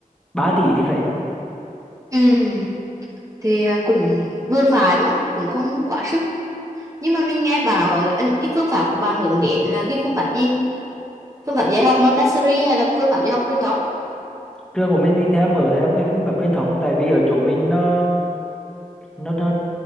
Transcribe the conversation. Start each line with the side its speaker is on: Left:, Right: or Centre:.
Centre: 3 tỷ thì phải
Right: ừ, thì à, cũng vừa phải đó cũng không quá sức nhưng mà mình nghe bảo là, ừ, cái phương pháp của bạn hướng đến là cái phương pháp gì phương pháp dạy học Montessori hay là phương pháp dạy học truyền thống
Centre: trường của mình đi theo mở theo cái phương pháp truyền thống tại vì ở chỗ mình nó nó nó